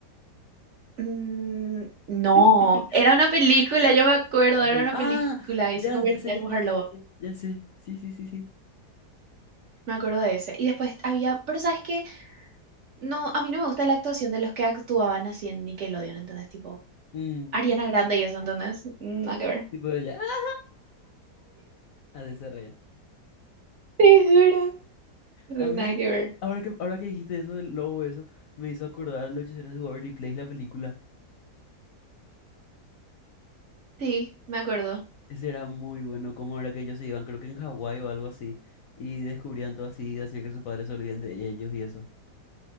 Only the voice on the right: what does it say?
Mm, no,
era una película, yo me acuerdo,
era una
película
y se convertía
en mujer
lobo.
Me acuerdo de ese. Y después había, pero ¿sabes qué? No, a mí no me gusta la actuación de los que actuaban así en Nickelodeon, ¿entendés? Tipo,
Ariana Grande y eso, ¿entendés? Nada que ver.
Te juro. Re
Nada que ver.
Sí, me acuerdo.